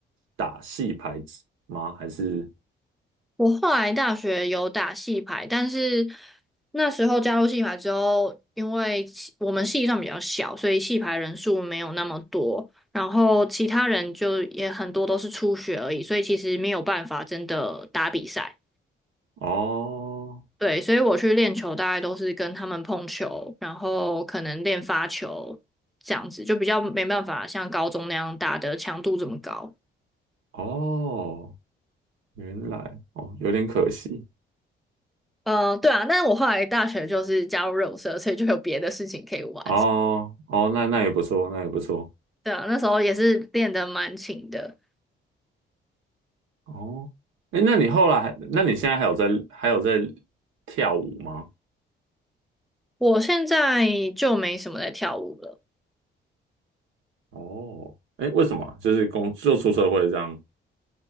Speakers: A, on the right; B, in the centre.
A: 打戏牌子吗？还是
B: 我后来大学有打戏排，但是那时候加入戏排之后，因为系我们系上比较小，所以戏排人数没有那么多，然后其他人就也很多都是初学而已，所以其实没有办法真的打比赛。
A: 哦
B: 对，所以我去练球大概都是跟他们碰球，然后可能练发球这样子，就比较没办法像高中那样打的强度这么高。
A: 哦，原来哦有点可惜。
B: 呃，对啊，但是我后来大学就是加入热舞社，所以就有别的事情可以玩。
A: 哦哦，那那也不错，那也不错。
B: 对啊，那时候也是练得蛮勤的。
A: 哦，哎，那你后来还，那你现在还有在还有在跳舞吗？
B: 我现在就没什么在跳舞了。
A: 哦，哎，为什么啊就是工就出社会这样，